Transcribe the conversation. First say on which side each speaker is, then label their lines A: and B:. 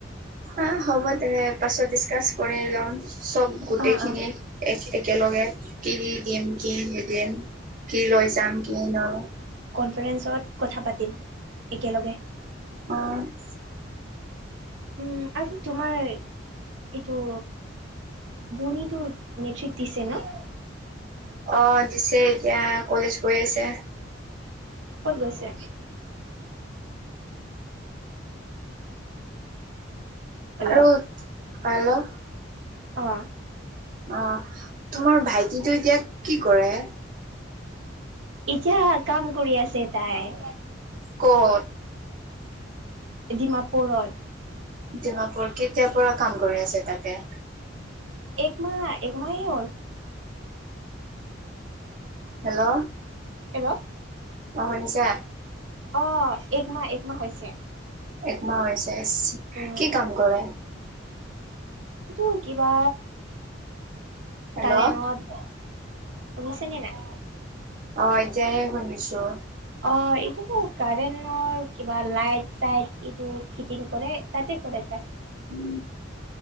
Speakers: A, on the right; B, on the right.
A: অ' হ'ব দে পাছত ডিচকাচ কৰি লম, চব গোটেইখিনি,
B: অ অ
A: এক একেলগে কি কি দিম, কি নিদিম। <unintelligible>
B: কনফাৰেন্সেত কথা পাতিম একেলগে।
A: <inaudible>
B: উম আৰু তোমাৰ এইটো ভনীটো মেট্ৰিক দিছে ন'?
A: অ দিছে এতিয়া কলেজ গৈ আছে।
B: ক'ত গৈছে? হেল্ল'
A: <inaudible> আৰু হেল্ল'
B: অ।
A: অ তোমাৰ ভাইটিতো এতিয়া কি কৰে?
B: এতিয়া কাম কৰি আছে তাই। <inaudible>
A: ক'ত?
B: দিমাপুৰত।
A: দিমাপুৰত, কেতিয়াৰ পৰা কাম কৰি আছে তাতে?
B: এক মাহ এক মাহে হ'ল।
A: হেল্ল'
B: হেল্ল'
A: অ শুনিছা?
B: অ এক মাহ এক মাহ হৈছে।
A: একমাহ হৈছে ইচ্
B: উম
A: কি কাম কৰে?
B: এইটো কিবা
A: হেল্ল'
B: কাৰেণ্টত শুনিছানে না?
A: অ এতিয়াহে শুনিছো।
B: অ এইটো কাৰেণৰ কিবা লাইট চাইট এইটো ফিটিং কৰে তাতে কৰে তাই।
A: উ